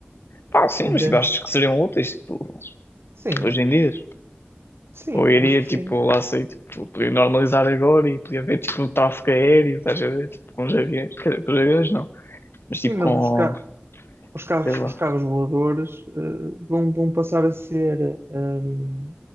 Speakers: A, on the left; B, on the right.
A: Pá, sim,
B: <laughs> Entende?
A: mas tipo, achas que seriam úteis tipo,
B: Sim,
A: hoje em dia?
B: sim,
A: Ou iria,
B: acho que
A: tipo,
B: sim.
A: lá sei, tipo, podia normalizar agora e podia ver, tipo, um tráfego aéreo, estás a ver, tipo, com os aviões, quer dizer, com os aviões não, mas tipo
B: Sim, mas
A: com,
B: os, ca- os carros,
A: sei lá,
B: os carros voadores, eh, vão, vão passar a ser, hum,